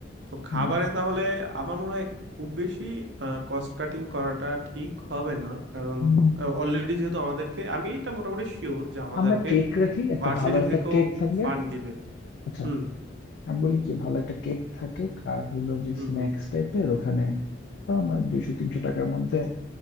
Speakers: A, on the right (about 65°); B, on the left (about 60°).
A: তো খাবারে
B: হুম
A: তাহলে আমার মনে হয় খুব বেশি কস্ট কাটিং করাটা ঠিক হবে না কারণ
B: হুম,
A: অলরেডি যেহেতু আমাদেরকে আমি এটা মোটামুটি শিওর যে আমাদেরকে
B: আমরা কেক রাখি একটা
A: ভার্সিটি
B: ভালো একটা
A: থেকেও
B: কেক থাকবে
A: ফান্ড দিবে
B: আচ্ছা
A: হুম
B: আমি বলি কি ভালো একটা কেক থাকুক আর হইলো যে
A: হুম
B: স্ন্যাক্স
A: হুম
B: টাইপের ওখানে তো আমরা দুইশো তিনশো টাকার মধ্যে